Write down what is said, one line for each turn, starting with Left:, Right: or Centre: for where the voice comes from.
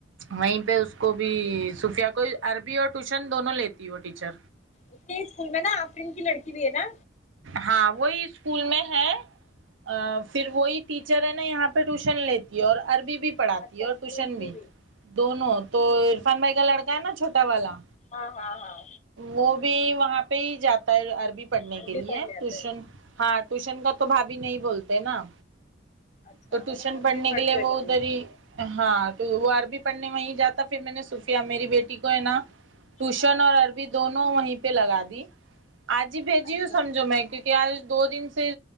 Right: وہی پہ اس کو بھی صفیہ کو عربی اور ٹیوشن دونوں لیتی وہ ٹیچر
Left: اس کے اسکول میں نا آفرین کی لڑکی بھی ہے نا
Right: ہاں وہی اسکول میں ہے ا پھر وہی ٹیچر ہے نا یہاں پہ ٹیوشن لیتی ہے اور عربی بھی پڑھاتی
Left: اچھا
Right: ہے
Left: اسکول
Right: اور ٹیوشن
Left: کی
Right: بھی دونوں تو عرفان بھائی کا لڑکا ہے نا چھوٹا والا
Left: ہاں ہاں ہاں
Right: وہ بھی وہاں پہ ہی جاتا ہے عربی پڑھنے
Left: عربی
Right: کے لیے
Left: پڑھنے آتا
Right: ٹیوشن
Left: ہے
Right: ہاں ٹیوشن کا تو بھابی نہیں بولتے نا
Left: اچھا
Right: تو ٹیوشن
Left: وہ گھر
Right: پڑھنے
Left: میں ہی پڑھتے
Right: کے لیے
Left: ہے
Right: وہ
Left: کبھی
Right: ادھر ہی ہاں تو وہ عرب پڑھنے میںں جاتا پھر میں نے صوفیا میری بیٹی کو ہے نا ٹیوشن
Left: ہاں
Right: اور عربی دونوں وہی پہ لگا دی آج ہی بھیجی
Left: اچھا
Right: ہوں سمجھو میں کیونکہ کہ آج دو دن سے